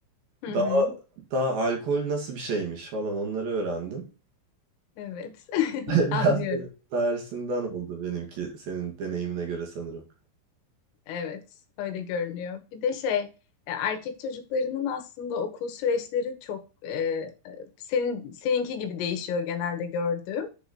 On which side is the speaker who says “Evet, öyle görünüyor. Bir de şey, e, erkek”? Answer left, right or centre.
Left